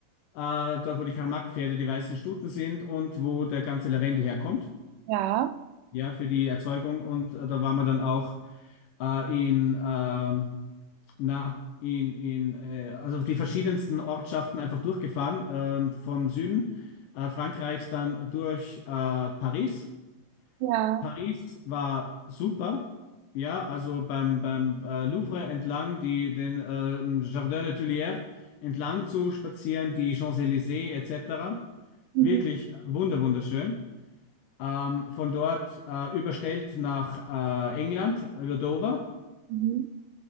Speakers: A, on the left; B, on the right.
A: äh, dort wo die Karl-Marx-Pferde die weißen Stuten sind und wo der ganze Lavendel herkommt,
B: Ja.
A: ja, für die Erzeugung. Und äh, da waren wir dann auch äh, in, ähm, na, in, in äh, also die verschiedensten Ortschaften einfach durchgefahren, ähm, vom Süden äh, Frankreichs dann durch äh, Paris.
B: Ja.
A: Paris war super. Ja, also beim, beim äh, Louvre entlang, die, den äh, Jardin des Tuileries entlang zu spazieren, die Champs-Élysées etc.
B: Mhm.
A: Wirklich wunder wunderschön. Ähm, von dort äh, überstellt nach äh, England, über Dover.
B: Mhm.